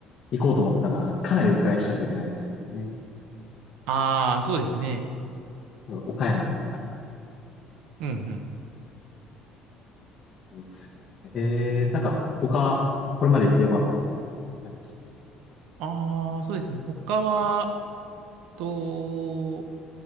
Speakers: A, on the left (about 40°); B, on the right (about 80°).
A: 行こうと思ったら、かなり迂回しないといけないですよね。
B: ああ、そうですね。
A: 多分、岡山とかか。
B: うんうん。
A: そうですよね。えー、なんか、他、これまで行ってよかったとこあります
B: ああ、そうですね。他は、と、